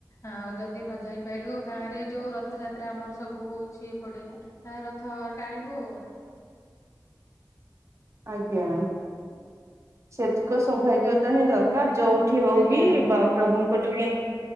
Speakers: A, on the left; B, on the right.
A: ଆଉ ଯଦି ନ ଯାଇ ପାଇଲୁ ଗାଁ ରେ ଯୋଉ ରଥ ଯାତ୍ରା ଆମର ସବୁ ହଉଛି ଏପଟେ ଏ ରଥ ଟାଣିବୁ ଆ
B: ଆଜ୍ଞା
A: ହୁଁ
B: ସେତିକ ସୌଭାଗ୍ୟତା ହିଁ ଦରକାର ଯୋଉଠି ହଉ
A: ଆଜ୍ଞା।
B: ବି ବା ପ୍ରଭୁଙ୍କ ଟିକେ